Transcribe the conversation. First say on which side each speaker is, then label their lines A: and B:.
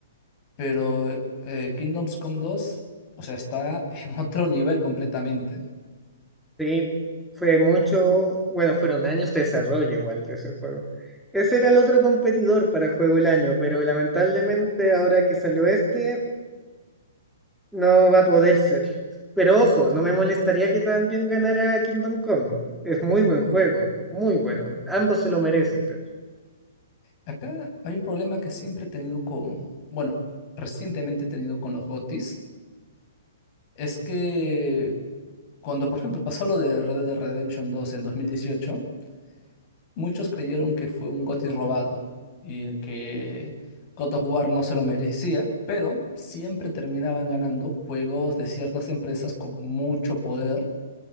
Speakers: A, on the left (about 35°); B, in the centre.
A: Pero eh, Kingdoms Come 2, o sea, está <laughs> en otro nivel completamente.
B: Sí, fue mucho, bueno, fueron años de desarrollo igual de ese juego. Ese era el otro competidor para Juego del Año, pero lamentablemente ahora que salió este, No va a poder ser. Pero ojo, no me molestaría que también ganara Kingdom Come. Es muy buen juego, muy bueno. Ambos se lo merecen. pero-
A: Acá hay un problema que siempre he tenido con, bueno, recientemente he tenido con los GOTYs, es que cuando, por ejemplo, pasó lo de Red Dead Redemption dos en 2018, muchos creyeron que fue un GOTY robado y que God of War no se lo merecía, pero siempre terminaban ganando juegos de ciertas empresas con mucho poder,